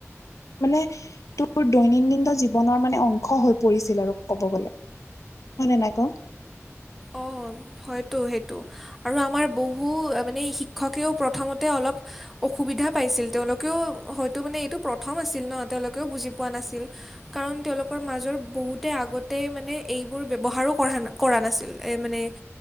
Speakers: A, on the left; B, in the centre.
A: মানে তোৰ দৈনন্দিন জীৱনৰ মানে অংশ হৈ পৰিছিল আৰু ক'ব গলে হয় নে নাই ক
B: অ হয়তো সেইটো আৰু আমাৰ বহু মানে শিক্ষকেও প্ৰথমতে অলপ অসুবিধা পাইছিল তেওঁলোকেও হয়তো মানে এইটো প্ৰথম আছিল ন তেওঁলোকেও বুজি পোৱা নাছিল কাৰণ তেওঁলোকৰ মাজৰ বহুতে আগতে মানে এইবোৰ ব্যৱহাৰো কৰা কৰা নাছিল এই মানে